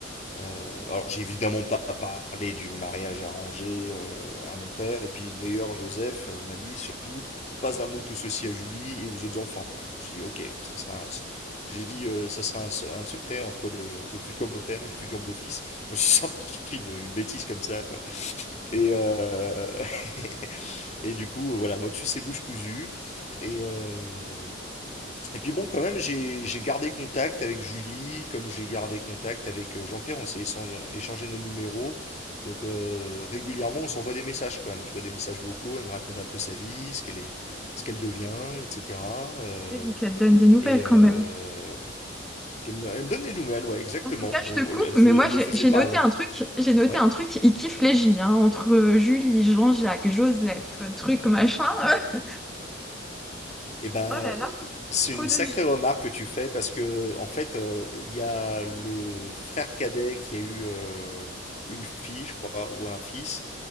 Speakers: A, on the left (about 35°); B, in the centre.
A: Euh, alors, j'ai évidemment pas parlé du mariage arrangé euh, à mon père. Et puis, d'ailleurs, Joseph euh, m'a dit surtout pas un mot de tout ceci à Julie et aux autres enfants, quoi. J'ai dit, ok, bon, ça sera un... J'ai dit, euh, ça sera un, se- un secret entre le, le futur beau-père et le futur beau-fils. <laughs> Moi, j'ai sorti une, une bêtise comme ça, quoi. Et, euh, <laughs> et du coup, voilà, Motus, c'est bouche cousue. Et, euh, et puis bon, quand même, j'ai j'ai gardé contact avec Julie, comme j'ai gardé contact avec euh, Jean-Pierre, on s'est échan- euh, échangé nos numéros. Donc euh, régulièrement, on s'envoie des messages quand même, tu vois, des messages vocaux, elle me raconte un peu sa vie, ce qu'elle est, ce qu'elle devient, etc. Euh,
B: Ouais, donc elle te donne des nouvelles
A: et euh,
B: quand même.
A: elle me, elle me donne des nouvelles, ouais, exactement.
B: En tout cas,
A: Donc,
B: je te coupe,
A: elle, fe-
B: mais moi
A: elle
B: j'ai
A: le faisait
B: j'ai
A: pas
B: noté
A: avant.
B: un truc, j'ai noté
A: Ouais.
B: un truc, il kiffe les J, hein, entre Julie, Jean-Jacques, Joseph, truc machin. <laughs>
A: Eh ben,
B: Oh là là,
A: c'est
B: trop
A: une
B: de
A: sacrée
B: J.
A: remarque que tu fais parce que, en fait, euh, il y a le frère cadet qui a eu euh, une fille, je crois, ou un fils,